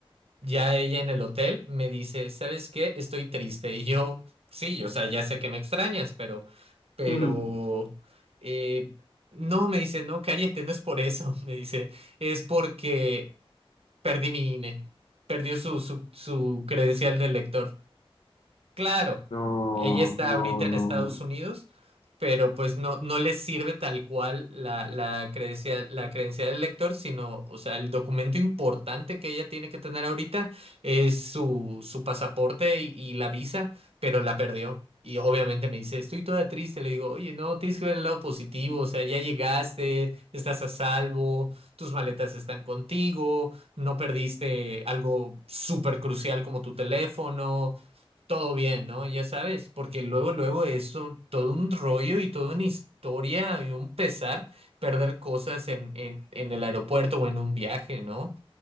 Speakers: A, on the right; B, on the left.
A: Ya ella en el hotel me dice, ¿sabes qué? Estoy triste. Y yo, sí, o sea, ya sé que me extrañas, pero, pero,
B: Mm.
A: eh, no, me dice, no, cállate, no es por eso. <laughs> Me dice, es porque perdí mi INE, perdió su, su, su credencial de lector. Claro,
B: No,
A: ella está
B: no,
A: ahorita en
B: no.
A: Estados Unidos, pero pues no, no les sirve tal cual la, la credencial la credencial del lector, sino, o sea, el documento importante que ella tiene que tener ahorita es su, su pasaporte y, y la visa, pero la perdió. Y obviamente me dice, estoy toda triste. Le digo, oye, no, tienes que ver el lado positivo, o sea, ya llegaste, estás a salvo, tus maletas están contigo, no perdiste algo súper crucial como tu teléfono todo bien, ¿no? Ya sabes, porque luego, luego eso todo un rollo y toda una historia y un pesar perder cosas en, en, en el aeropuerto o en un viaje, ¿no?